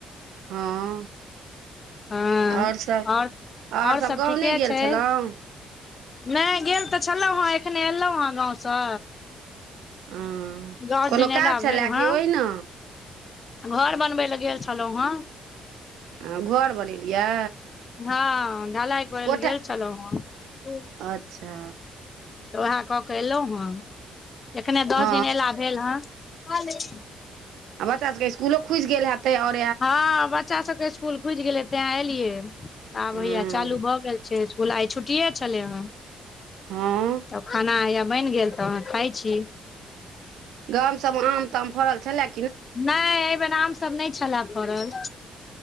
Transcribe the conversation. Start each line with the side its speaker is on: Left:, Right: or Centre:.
Right: हँ
Left: हँ
Right: आओर सब
Left: आओर
Right: आओर सभ
Left: सब
Right: गाॅंव
Left: ठीके
Right: नइ गेल
Left: छै
Right: छलहुँ?
Left: नहि गेल तऽ छलहुँ हेँ एखने एयलहुँ हेँ गाँवसँ।
Right: हँ
Left: दस
Right: कोनो
Left: दिन
Right: काज
Left: अयला
Right: छलए
Left: भेल हन।
Right: कि ओहिना
Left: घर बनबै लए गेल छलहुँ हेँ।
Right: हॅं, घर बनेलियै?
Left: हँ, ढलाइ करै
Right: कोठा
Left: लए गेल छलहुँ हन।
Right: अच्छा
Left: तऽ वैहे कऽ कऽ अएलहुँ हेँ, एखने दस
Right: हँ
Left: दिन अयला भेल हन।
Right: आ बच्चा सब इस्कुलो खुजि गेल हेतै और?
Left: हँ बच्चा सबके इस्कुल खुजि गेलै तेॅं एलियै। आब
Right: हूँ
Left: हैया चालू भऽ गेल छै इसकुल आइ छुट्टिये छलै हन।
Right: हँ
Left: तब खाना हइया बनि गेल तऽ खाय छी।
Right: गाम सबमे आम-ताम फड़ल छलै?
Left: नहि, एहि बेेर आम सभ नहि छलैए फड़ल।